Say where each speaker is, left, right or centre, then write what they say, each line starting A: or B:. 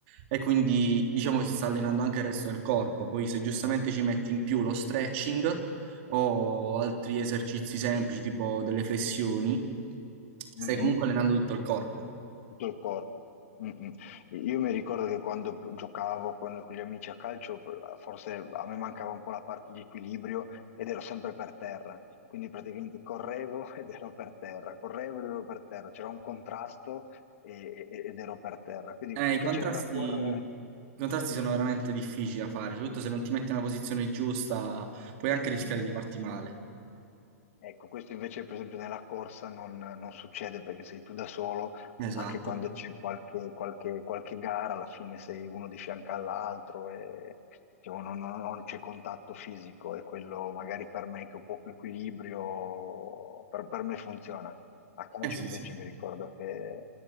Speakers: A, on the right; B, on the left.
A: e quindi diciamo che si sta allenando anche il resto del corpo. Poi se giustamente ci metti in più lo stretching o altri esercizi semplici, tipo delle flessioni, stai
B: Mhm.
A: comunque allenando tutto il corpo.
B: tutto il corpo. Mm, mm. Io mi ricordo che quando giocavo con, con gli amici a calcio, forse a me mancava un po' la parte di equilibrio ed ero sempre per terra. Quindi praticamente correvo <laughs> ed ero per terra, correvo ed ero per terra, c'era un contrasto e- e- ed ero per terra. Quindi
A: Eh,
B: finché
A: i contrasti,
B: c'era da correre,
A: i contrasti sono veramente difficili da fare, soprattutto se non ti metti nella posizione giusta, puoi anche rischiare
B: mm.
A: di farti male.
B: Ecco, questo invece, per esempio, nella corsa non, non succede perché sei tu da solo,
A: Esatto.
B: anche quando c'è qualche, qualche- qualche gara, alla fine sei uno di fianco all'altro e diciamo, non, non- non c'è contatto fisico e quello magari per me che ho poco equilibrio, per, per me funziona. A calcio
A: Eh sì,
B: invece
A: sì. <laughs>
B: mi ricordo che